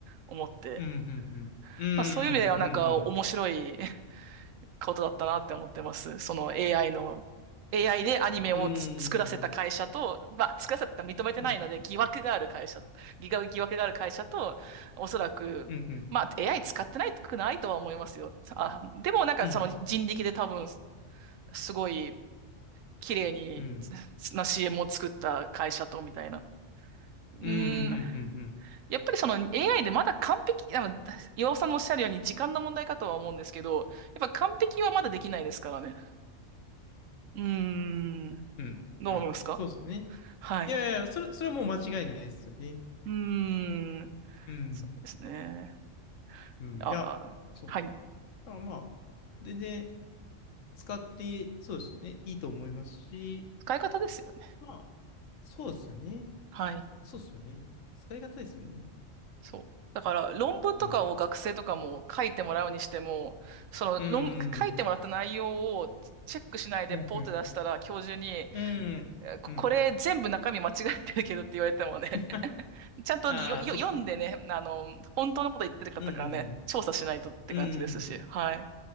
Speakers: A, on the right (about 80°); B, on the left (about 75°).
A: 思って、
B: うん。うん。うん。うん。
A: まあそういう意味ではなんか面白い
B: うん。
A: ことだったなって思ってます。その AI の、AI でアニメをつ作らせた会社と、
B: うん。
A: まあ、作らせたって認めてないので、
B: うん。
A: 疑惑がある会社、疑惑、疑惑がある会社と、おそらく、
B: うん。うん。
A: まあ、AI 使ってないくないとは思いますよ。あ、でもなんかその人力で多分、
B: うん。
A: すごい綺麗に
B: うん。
A: つな CM を作った会社と、みたいな。うーん、
B: うん。
A: やっぱりその AI でまだ完璧、あの、岩尾さんのおっしゃるように時間の問題かとは思うんですけど、やっぱ完璧はまだできないですからね。うーん。
B: うん。
A: どう思いますか
B: うん。そうですよね。
A: はい。
B: いやいや、それ、それはもう間違いないですよね。
A: うーん。
B: うん。
A: そうですね。
B: うん。
A: ああ、
B: いや、そう。
A: はい。
B: だからまあ、全然、使って、そうですね、いいと思いますし、
A: 使い方ですよね。
B: まあ、そうですよね。
A: はい。
B: そうですよね。使い方ですよね。
A: そう。だから、論文とかを学生とかも書いてもらうにしても、
B: うん。
A: その論、
B: うん。
A: 書いてもらった内容をチェックしないでポーって出したら、
B: うん、うん。
A: 教授に、
B: うん。
A: えここれ全部中身間違ってるけどって言われてもね、
B: うん。<laughs>
A: <laughs> ちゃんとよ、
B: ああ、
A: よ、
B: そうですね。
A: 読んでね、あの、本当のこと言ってる方からね、
B: うん、
A: 調査しないとって感じですし、
B: うん、うん。うん。
A: はい。